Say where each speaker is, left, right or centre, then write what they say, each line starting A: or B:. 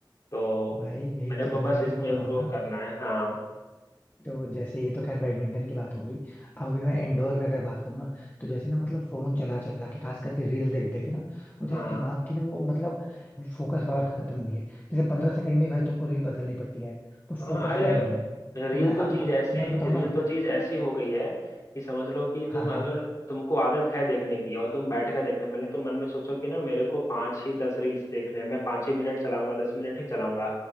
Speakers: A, on the left; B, on the left.
A: तो
B: भाई यही
A: मेरे
B: चीज
A: को
B: मैं
A: बस
B: भी
A: इसमें
B: तुमको बताऊं
A: इम्प्रूव
B: ना
A: करना है हाँ
B: तो जैसे ये तो खैर बैडमिंटन की बात हो गई अभी मैं इंडोर में अगर बात करूँ ना तो जैसे ना मतलब फोन चला चला के खास करके रील्स देख देख के ना मुझे
A: हाँ
B: दिमाग की ना वो मतलब फोकस पावर खत्म हो गई है जैसे पंद्रह सेकंड में ही भाई तुमको रील बदलनी पड़ती है तो
A: हाँ
B: फोकस
A: अरे
B: रह नहीं गया है
A: रील
B: तो मैं अपना
A: तो चीज ऐसी
B: मैं बताऊँ
A: रील
B: ना
A: तो चीज ऐसी हो गई है कि समझ लो कि
B: हाँ
A: तुम
B: हाँ
A: अगर तुमको आदत है देखने की और तुम बैठ कर देख रहे हो भले तुम मन में सोचो कि ना मेरे को पांच ही दस रील्स देखने हैं मैं पांच ही मिनट चलाऊंगा दस मिनट ही चलाऊंगा